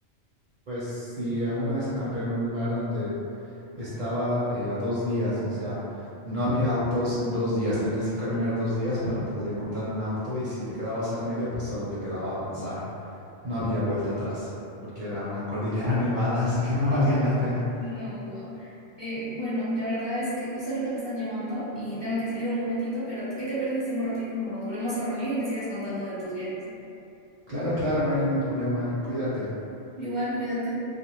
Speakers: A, on the right (about 50°); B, on the left (about 25°).
A: Pues si alguna vez acampé en un lugar donde estaba eh, a dos días, o sea, no había autos en dos días. Tenías que caminar dos días para poder encontrar un auto y si te quedabas al medio, pues solo te quedaba avanzar. No había vuelta atrás, porque era una cordillera <laughs> nevada, así que no valía la pena.
B: No, wow. Eh, bueno, la verdad es que justo ahorita me están llamando y tengo que salir un momentito, pero ¿qué te parece si en un ratito nos volvemos a reunir y me sigues contando de tus viajes?
A: Claro, claro, no hay ningún problema, Ali, cuídate.
B: Igual, cuídate.